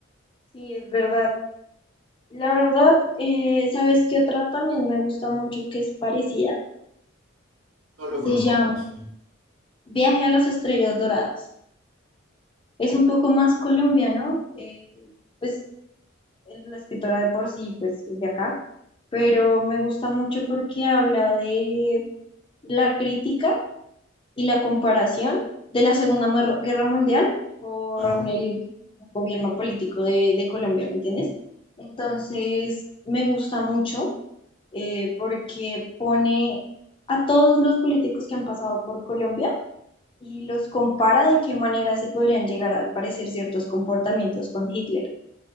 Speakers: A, on the left; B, on the right.
A: Sí, es verdad. La verdad, eh, ¿sabes qué otra también me gusta mucho que es parecida?
B: No lo conozco,
A: Se llama
B: parece.
A: Viaje a las Estrellas Doradas. Es un poco más colombiano, eh, pues la escritora de por sí, pues es de acá, pero me gusta mucho porque habla de la crítica y la comparación de la Segunda Guerra Mundial con
B: Ajá.
A: el gobierno político de, de Colombia, ¿me entiendes? Entonces, me gusta mucho eh, porque pone a todos los políticos que han pasado por Colombia y los compara de qué manera se podrían llegar a parecer ciertos comportamientos con Hitler.